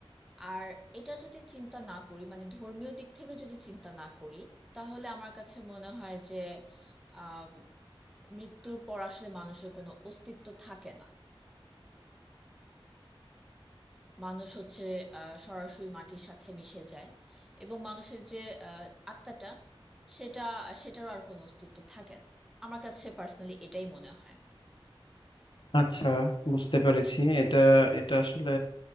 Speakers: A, in the centre; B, on the left (about 60°).
A: আর এটা যদি চিন্তা না করি মানে ধর্মীয় দিক থেকে যদি চিন্তা না করি তাহলে আমার কাছে মনে হয় যে আহ মৃত্যুর পর আসলে মানুষের কোনো অস্তিত্ব থাকে না মানুষ হচ্ছে আহ সরাসরি মাটির সাথে মিশে যায় এবং মানুষের যে আহ আত্মাটা সেটা সেটারও আর কোনো অস্তিত্ব থাকে না আমার কাছে পার্সোনালি এটাই মনে হয়
B: আচ্ছা বুঝতে পেরেছি এটা এটা আসলে